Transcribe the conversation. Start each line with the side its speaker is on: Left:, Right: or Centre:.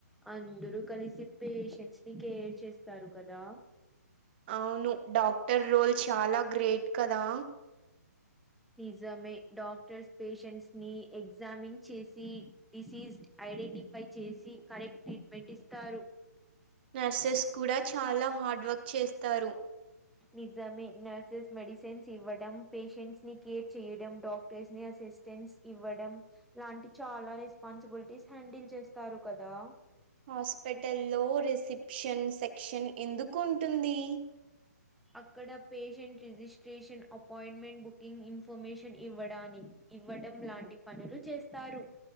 Centre: అందరూ కలిసి పేషెంట్స్ ని కేర్ చేస్తారు కదా
Right: అవును డాక్టర్ రోల్ చాలా గ్రేట్ కదా
Centre: నిజమే డాక్టర్స్ పేషెంట్స్ ని ఎగ్జామిన్ చేసి డిసీజ్ ఐడెంటిఫై చేసి కరెక్ట్ ట్రీట్మెంట్ ఇస్తారు
Right: నర్సెస్ కూడా చాలా హార్డ్ వర్క్ చేస్తారు
Centre: నిజమే నర్సెస్ మెడిసిన్స్ ఇవ్వడం పేషెంట్స్ ని కేర్ చేయడం డాక్టేర్స్ ని అసిస్టెంస్ ఇవ్వడం లాంటి చాలా రెస్పాన్సిబిలిటీస్ హ్యాండిల్ చేస్తారు కదా
Right: హాస్పిటల్లో రిసెప్షన్ సెక్షన్ ఎందుకు ఉంటుంది
Centre: అక్కడ patient registration appointment booking information ఇవ్వడానికి ఇవ్వడం లాంటి పనులు చేస్తారు